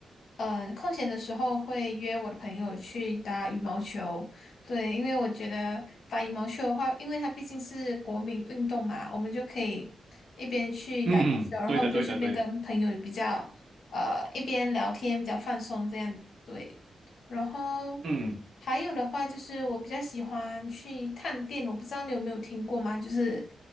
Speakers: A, on the left (about 70°); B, on the right (about 55°).
A: 嗯、空闲的时候会约我的朋友去打羽毛球。对，因为我觉得打羽毛球的话，因为它毕竟是国民运动嘛，我们就可以一边去打羽毛球，
B: 嗯嗯嗯，
A: 然后就顺便跟朋友比较。
B: 对的对的对的，
A: 呃一边聊天比较放松这样对。然后
B: 嗯嗯，
A: 还有的话就是我比较喜欢去探店，我不知道你有没有听过吗？就是